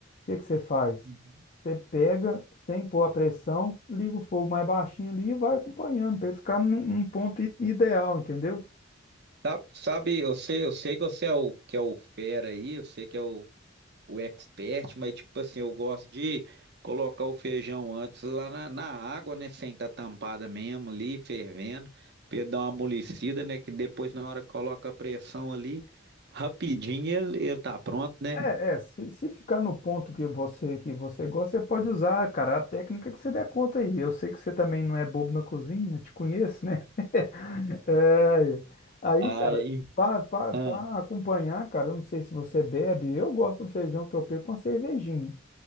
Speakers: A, on the left; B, on the right.
A: que que você faz?
B: Uhum.
A: Você pega sem pôr a pressão, liga o fogo mais baixinho ali e vai acompanhando para ficar num, num ponto i- ideal, entendeu?
B: Sabe, sabe, eu sei, eu sei que você é o que é o fera aí, eu sei que é o, o expert, mas tipo assim, eu gosto de colocar o feijão antes lá na, na água, né, sem estar tampada mesmo ali, fervendo, pra ele dar uma amolecida, né, que depois na hora que coloca a pressão ali, rapidinho ele, ele tá pronto, né?
A: É, é, se, se ficar no ponto que você que você gosta, você pode usar, cara, a técnica que você der conta aí. Eu sei que você também não é bobo na cozinha, te conheço, né? <laughs> É, aí,
B: Ah,
A: cara, para
B: Ah,
A: acompanhar, cara, eu não sei se você bebe, eu gosto do feijão tropeiro com a cervejinha.